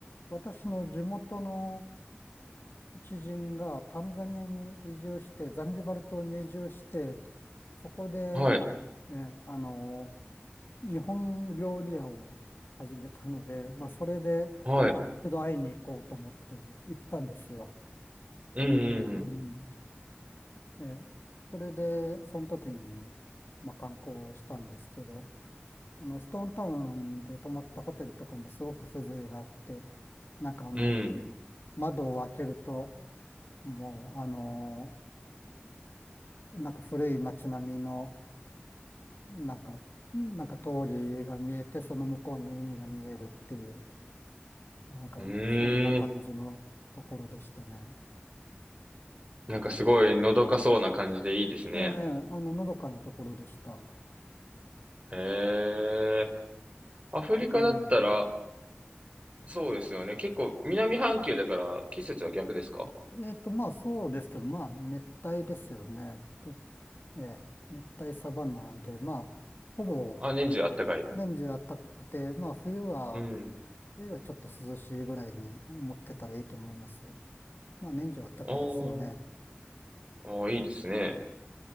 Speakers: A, on the left; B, on the right.
A: 私の地元の知人がタンザニアに移住して、ザンジバル島に移住して、そこで、
B: はい。
A: ね、あの、日本料理屋を始めたので、まあ、それでい一度会いに行こうと思って行ったんですよ。
B: はい。うん。うん。
A: うん。え、それで、その時に、まあ、観光したんですけど、あの、ストーンタウンで泊まったホテルとかもすごく風情があって、なんかあの、
B: うん。うん
A: 窓を開けると、もう、あの、なんか古い街並みの、なんか、なんか通りが見えて、その向こうに海が見えるっていう、なんかそんな感じのところでしたね。
B: うーん。なんかすごいのどかそうな感じでいいですね。
A: ええ、あの、のどかなところでした。
B: へえ。アフリカだったら、
A: うん。
B: そうですよね。結構南半球だから季節は逆ですか
A: えっと、まあそうですけど、まあ熱帯ですよね。とええ、熱帯サバンナなんで、まあ、ほぼ
B: あ、年中あったかい。
A: 年中暖かくて、まあ冬は、
B: うん。
A: 冬はちょっと涼しいぐらいに思ってたらいいと思います。まあ年中暖かいですよね。
B: あーあー、いいですね。